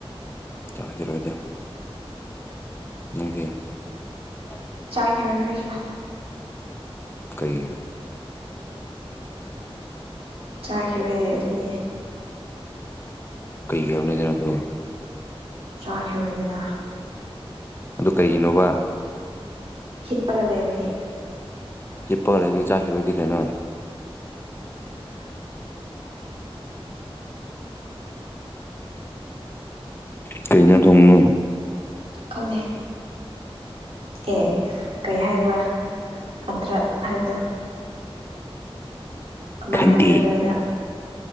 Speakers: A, on the left (about 25°); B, on the right (about 75°).
A: ꯆꯥꯒꯤꯔꯣꯏꯗ ꯅꯣꯏꯗꯤ <inaudible>
B: ꯆꯥꯈꯤꯔꯣꯏ ꯑꯈꯣꯏꯁꯨ
A: ꯀꯩꯒꯤ
B: ꯆꯥꯈꯤꯔꯣꯏꯌꯦ ꯑꯗꯨꯒꯤ
A: ꯀꯩꯒꯤ ꯌꯥ <unintelligible> ꯑꯗꯨ
B: ꯆꯥꯈꯤꯔꯣꯏꯗꯅ
A: ꯑꯗꯨ ꯀꯩꯒꯤꯅꯣꯕ
B: ꯍꯤꯞꯄꯥꯒ ꯂꯩꯕꯒꯤ
A: ꯍꯤꯞꯄꯥꯒ ꯂꯩꯕꯒꯤ ꯆꯥꯈꯤꯔꯣꯏꯗꯤ ꯀꯩꯅꯣ
B: <inaudible>
A: ꯀꯩꯩ ꯏꯟꯖꯥꯡ ꯊꯣꯡꯉꯤꯅꯣ
B: ꯈꯪꯗꯦ ꯑꯦ ꯀꯩ ꯍꯥꯏꯕ꯭ꯔꯥ ꯑꯠꯗ꯭ꯥꯔꯛ ꯍꯥꯏꯕꯗꯣ
A: <inaudible>
B: ꯀꯃꯥꯏ
A: ꯈꯪꯗꯦ
B: ꯍꯥꯏꯕ꯭ꯔꯥ ꯅꯣꯏꯗ